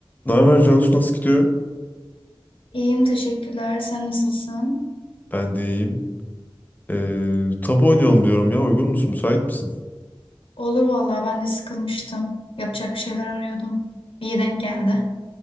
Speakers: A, on the left; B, on the left.
A: Ne haber Cansu nasıl gidiyor?
B: İyiyim teşekkürler. Sen nasılsın?
A: Ben de iyiyim. Ee, tabu oynayalım diyorum ya. Uygun musun? Müsait misin?
B: Olur vallahi ben de sıkılmıştım. Yapacak bir şeyler arıyordum. İyi denk geldi.